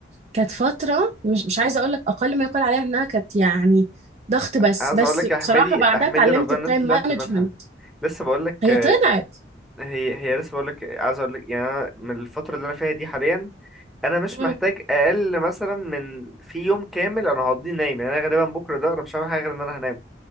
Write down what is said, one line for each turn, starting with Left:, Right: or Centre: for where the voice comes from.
Right: كانت فتره مش مش عايزه اقول لك اقل ما يقال عليها انها كانت يعني ضغط بس
Centre: عايز
Right: بس
Centre: اقول لك يا احمدي
Right: بصراحه بعدها
Centre: احمدي
Right: اتعلمت
Centre: ربنا
Right: التايم
Centre: الناس اللي
Right: مانجمنت
Centre: طلعت منها لسه بقول لك
Right: هي
Centre: آه،
Right: طلعت
Centre: هي هي لسه بقول لك عايز اقول لك يعني أنا من الفتره اللي انا فيها دي حاليا انا مش
Right: مم.
Centre: محتاج اقل مثلا من في يوم كامل انا هقضيه نايم يعني انا غالبا بكره ده انا مش هعمل حاجه غير ان انا هنام